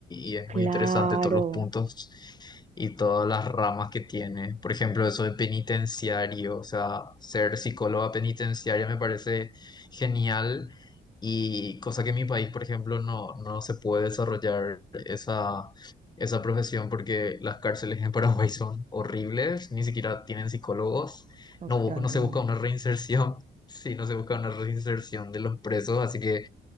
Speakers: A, on the left; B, on the right.
A: y es
B: claro.
A: muy interesante todos los puntos y todas las ramas que tiene. Por ejemplo, eso de penitenciario, o sea, ser psicóloga penitenciaria me parece genial y cosa que en mi país, por ejemplo, no, no se puede desarrollar esa, esa profesión porque las cárceles en Paraguay son horribles, ni siquiera tienen psicólogos.
B: Ostras,
A: No, bu- no se
B: ya.
A: busca una reinserción Sí, no se busca una reinserción de los presos, así que